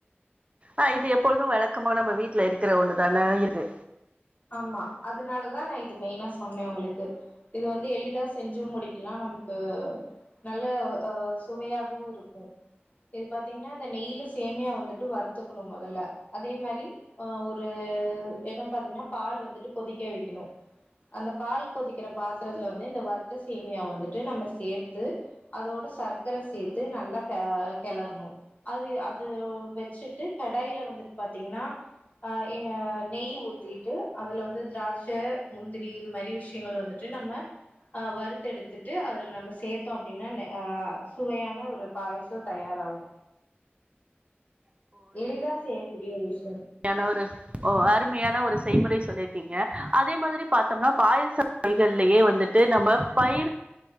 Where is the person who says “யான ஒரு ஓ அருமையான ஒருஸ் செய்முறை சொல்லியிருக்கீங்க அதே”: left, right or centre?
Right